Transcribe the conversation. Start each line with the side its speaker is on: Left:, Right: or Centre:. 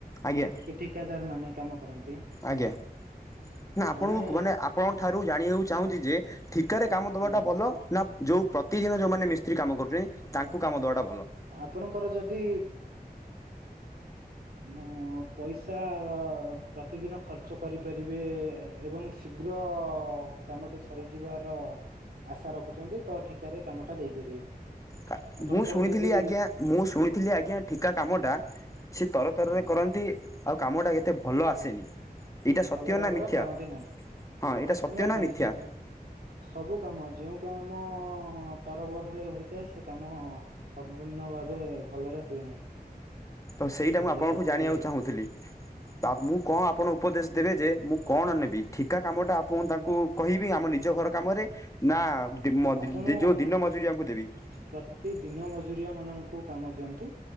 Left: ଆଜ୍ଞା।
Right: ଏ ଠିକାଦାର ମାନେ କାମ କରନ୍ତି
Left: ଆଜ୍ଞା। ନା ଆପଣଙ୍କୁ
Right: ଜଣେ
Left: ମାନେ ଆପଣଙ୍କ ଠାରୁ ଜାଣିବାକୁ ଚାହୁଁଛି ଯେ ଠିକାରେ କାମ ଦବାଟା
Right: ହଁ
Left: ଭଲ ନା ଯୋଉ ପ୍ରତିଦିନ ଯୋଉମାନେ ମିସ୍ତ୍ରୀ କାମ କରୁଛନ୍ତି ତାଙ୍କୁ କାମ ଦବାଟା ଭଲ।
Right: ଆପଣଙ୍କର ଯଦି ଉଁ ପଇସା ପ୍ରତିଦିନ ଖର୍ଚ୍ଚ କରିପାରିବେ ଏବଂ ଶୀଘ୍ର ଅ କାମଟି ସରିଯିବାର ଆଶା ରଖୁଚନ୍ତି ତ ଠିକାରେ କାମଟା ଦେଇପାରିବେ।
Left: କା
Right: ଆପଣଙ୍କର
Left: ମୁଁ ଶୁଣିଥିଲି
Right: ଯଦି
Left: ଆଜ୍ଞା ମୁଁ ଶୁଣିଥିଲି ଆଜ୍ଞା ଠିକା କାମଟା ସେ ତର ତରରେ
Right: ଆଜ୍ଞା
Left: କରନ୍ତି ଆଉ କାମ ଟା ଏତେ ଭଲ ଆସେନି। ଏଇଟା
Right: ଭଲ
Left: ସତ୍ୟ
Right: ଭାବରେ
Left: ନା ମିଥ୍ୟା
Right: କରନ୍ତି ନାହିଁ
Left: ହଁ ଏଇଟା ସତ୍ୟ
Right: ନିହାତି
Left: ନା ମିଥ୍ୟା?
Right: ଯୋଉ ସବୁ କାମ ଯେଉଁ କାମ ଅ ତରବରରେ ହୋଇଥାଏ ସେ କାମ ସମ୍ପୂର୍ଣ୍ଣ ଭାବେ ଭଲରେ ହୁଏ ନାହିଁ।
Left: ତ ସେଇଟା ମୁଁ ଆପଣଠୁ
Right: ଏ କଥାରେ
Left: ଜାଣିବାକୁ ଚାହୁଁଥିଲି। ତା ମୁଁ କଣ ଆପଣ ଉପଦେଶ ଦେବେ ଯେ ମୁଁ କଣ ନେବି ଠିକା କାମଟା ଆପଣ ତାଙ୍କୁ କହିବେ ଆମ ନିଜ ଘର କାମରେ ନା ଦି ମ
Right: ଆପଣ
Left: ଦି ଦି ଯଉ ଦିନ ମଜୁରିଆଙ୍କୁ ଦେବି।
Right: ପ୍ରତି ଦିନ ମଜୁରିଆ ମାନଙ୍କୁ କାମ ଦିଅନ୍ତୁ